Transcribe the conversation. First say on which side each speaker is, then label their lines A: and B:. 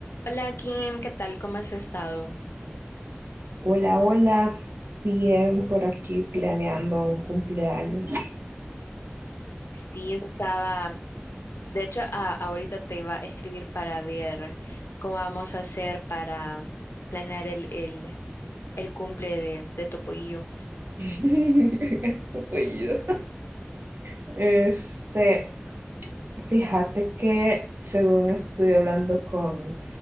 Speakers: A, on the left; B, on the right.
A: Hola Kim, ¿qué tal? ¿Cómo has estado?
B: Hola, hola. Bien por aquí planeando un cumpleaños.
A: Sí, eso estaba. De hecho, a- ahorita te iba a escribir para ver cómo vamos a hacer para planear el, el, el cumple de, de tu pollillo.
B: <laughs> Apellido. Este, fíjate que según estoy hablando con